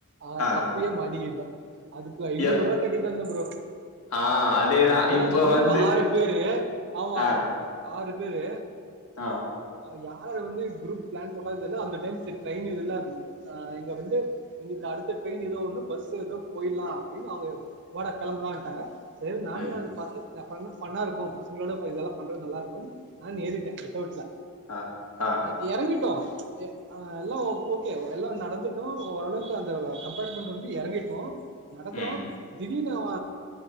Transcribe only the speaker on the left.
ஆ
ய
ஆ அதேதா
இப்போ
வந்து
ஆ
ஆ
ம்
ஆ ஆ
ம்